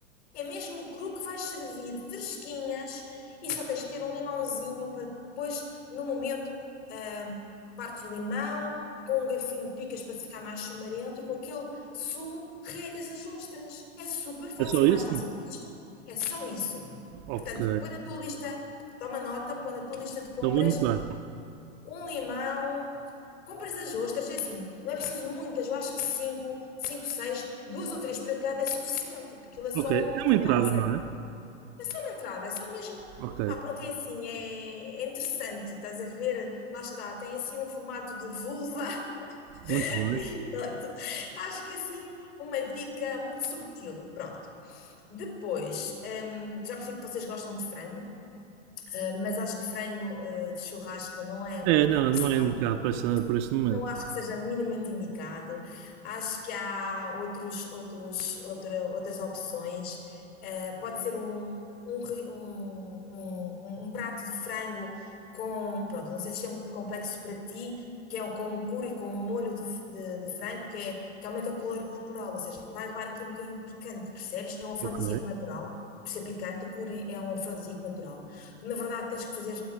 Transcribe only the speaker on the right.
É só
isso?
Ok.
Então vou anotar.
Ok. É
uma entrada, não é?
Ok.
Muito
bem.
É,
não,
não é indicado para, esta, para este momento.
Ok.